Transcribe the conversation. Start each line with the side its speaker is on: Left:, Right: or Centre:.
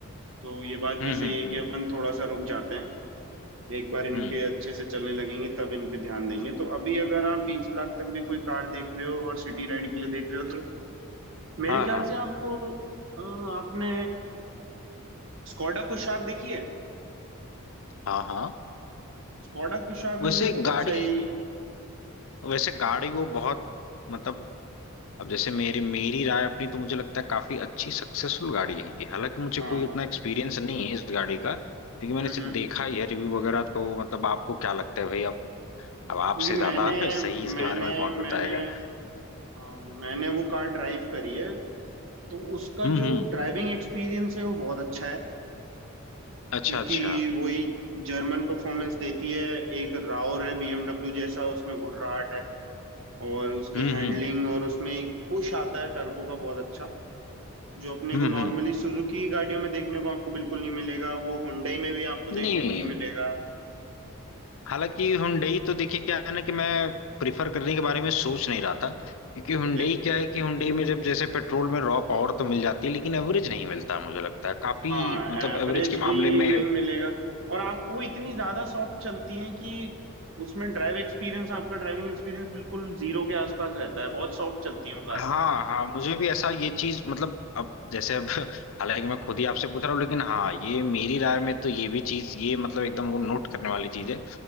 Right: तो ये बात भी
Left: हम्म
Right: सही
Left: हम्म
Right: है कि
Left: हम्म
Right: अपन थोड़ा सा रुक जाते हैं एक बार इनके
Left: हम्म,
Right: अच्छे से चलने लगेंगे तब इन पे ध्यान देंगे तो अभी अगर आप बीस लाख तक भी कोई कार देख रहे हो और सिटी राइड के लिए देख रहे हो तो मेरे
Left: हाँ
Right: ख्याल
Left: हाँ
Right: से आपको अ, आपने स्कॉडा कुशाक देखी है
Left: हाँ हाँ
Right: स्कॉडा कुशाक
Left: वैसे
Right: मुझे बहुत
Left: गाड़ी
Right: सही
Left: वैसे गाड़ी वो बहुत मतलब अब जैसे मेरी मेरी राय अपनी तो मुझे लगता है काफी अच्छी सक्सेसफुल गाड़ी है ये हालांकि मुझे
Right: हाँ
Left: कोई
Right: हाँ
Left: उतना एक्सपीरियंस नहीं है इस गाड़ी का क्योंकि मैंने
Right: हम्म
Left: सिर्फ
Right: हम्म
Left: देखा ही है रिव्यू वगैरह तो मतलब आपको क्या लगता है भाई अब अब आपसे
Right: क्योंकि मैंने
Left: ज्यादा <laughs> सही इसके
Right: मैंने
Left: बारे में कौन बताएगा
Right: मैंने हाँ, मैंने वो कार ड्राइव करी है तो उसका
Left: हम्म
Right: जो
Left: हम्म
Right: ड्राइविंग एक्सपीरियंस है वो बहुत अच्छा है
Left: अच्छा
Right: क्योंकि
Left: अच्छा
Right: वही जर्मन परफॉर्मेंस देती है एक रावर है बीएमडब्ल्यू जैसा उसमें घुर्राहट है और उसकी
Left: हम्म
Right: हैंडलिंग
Left: हम्म
Right: और उसमें एक पुश आता है टर्बो का बहुत अच्छा जो अपने
Left: हम्म
Right: को नॉर्मली
Left: हम्म
Right: सुजुकी गाड़ियों में देखने को आपको बिल्कुल नहीं मिलेगा वो हुंडई में भी आपको
Left: नहीं
Right: देखने को नहीं मिलेगा
Left: हालांकि हुंडई तो देखिए क्या है ना कि मैं प्रिफर करने के बारे में सोच नहीं रहा था क्योंकि हुंडई
Right: ओके
Left: क्या है कि हुंडई में जब जैसे पेट्रोल में रॉ पावर तो मिल जाती है लेकिन एवरेज नहीं मिलता मुझे लगता है काफी
Right: हाँ
Left: मतलब
Right: एवरेज
Left: एवरेज के मामले
Right: भी
Left: में
Right: नहीं मिलेगा और आप वो इतनी ज्यादा सॉफ्ट चलती हैं कि उसमें ड्राइव एक्सपीरियंस आपका ड्राइविंग एक्सपीरियंस बिल्कुल जीरो के आसपास रहता है बहुत सॉफ्ट चलती है वो कार
Left: हाँ हाँ मुझे भी ऐसा ये चीज मतलब अब जैसे अब <laughs> हालांकि मैं खुद ही आपसे पूछ रहा हूँ लेकिन हाँ ये मेरी राय में तो ये भी चीज ये मतलब एकदम वो नोट करने वाली चीज है